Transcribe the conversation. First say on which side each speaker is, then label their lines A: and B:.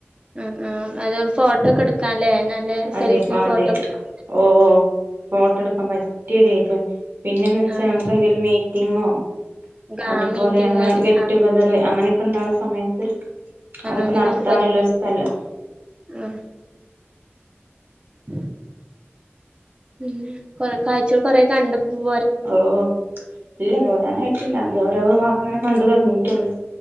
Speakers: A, on the right; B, on the right.
A: ഉ ആ അതുകൊണ്ട് ഫോട്ടോക്കെ എടുക്കാല്ലേ നല്ല
B: അതെ
A: സെൽഫിയും
B: അപ്പ അതെ
A: ഫോട്ടോക്കെ എ-
B: ഓ ഫോട്ടോ എടുക്കാൻ പറ്റിയൊരേര്യ പിന്നെന്ന് വെച്ചാൽ
A: ആഹ്
B: നമുക്ക് എന്തെലും മീ ങ്ങോ
A: ആ
B: അതുപോലെ
A: മീറ്റിംഗ്
B: നമ്മളെ
A: കാര്യം
B: ഗെറ്റ് ഗെതർ അങ്ങനെയൊക്കെ ഇണ്ടണ സമയത്ത് അതൊക്കെ
A: അതിനൊക്കെ
B: നടത്താനുള്ളരു
A: പറ്റും
B: സ്ഥലം
A: ഉം ഉം ഉ കൊറെ കാഴ്ചകൾ കൊറെ കണ്ട പോ-
B: ഓ ഇല്ല പോരാനായിട്ടില്ല എന്തോരോ ഭാഗംങ്ങനെ കണ്ടു തുടങ്ങിട്ടുള്ളു